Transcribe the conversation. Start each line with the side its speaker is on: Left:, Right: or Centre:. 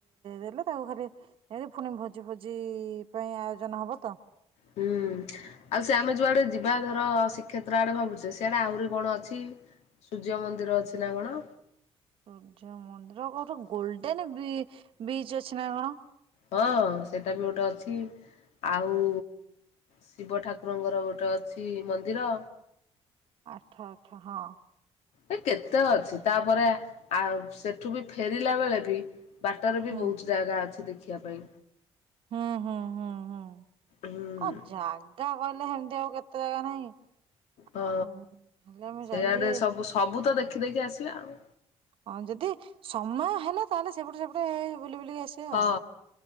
Right: ଦେଲେ ତାକୁ ଖାଲି ଏ ପୁଣି ଭୋଜି ଫୋଜି ପାଇଁ ଆୟୋଜନ ହବ ତ।
Left: ହୁଁ ଆଉ ସେ ଆମେ ଯୁଆଡେ ଯିବା ଧର ଶ୍ରୀକ୍ଷେତ୍ର ଆଡେ ଭାବୁଛେ ସେଟା ଆହୁରି କଣ ଅଛି? ସୂର୍ଯ୍ୟ ମନ୍ଦିର ଅଛି ନା କଣ?
Right: ସୂର୍ଯ୍ୟ ମନ୍ଦିର ଗୋଟେ ଗୋଲଡେନ ବିଚ୍ ଅଛି ନା କଣ?
Left: ହଁ ସେଇଟା ବି ଗୋଟେ ଅଛି ଆଉ ଶିବ ଠାକୁରଙ୍କର ଗୋଟେ ଅଛି ମନ୍ଦିର।
Right: ଆଚ୍ଛା ଆଛା ହଁ।
Left: ଏ କେତେ ଅଛି। ତାପରେ ଆ ସେଠୁ ବି ଫେରିଲା ବେଳେ ବି ବାଟରେ ବି
Right: ହୁଁ
Left: ବହୁତ ଜାଗା ଅଛି। ଦେଖି ଖିବା ପାଇଁ।
Right: ହୁଁ ହୁଁ ହୁଁ ହୁଁ।
Left: ହୁଁ
Right: ଅ ଜାଗା କହିଲେ ହେମତି ତି ଆଉ କେତେ ଜାଗା ନାହିଁ।
Left: ହଁ
Right: ଆଉ ହେଲେ ଆମେ
Left: ସେଆଡେ
Right: ଯାଇକି
Left: ସବୁ ସବୁ ତ ଦେଖି ଦେକି ଆସିବା ଆଉ।
Right: ହଁ ଯଦି ସମୟ ହେଲା ତାହେଲେ ସେପଟେ ସେପଟେ ବୁଲି ବୁଲିକି ଆସିବା
Left: ହଁ
Right: ଆଉ।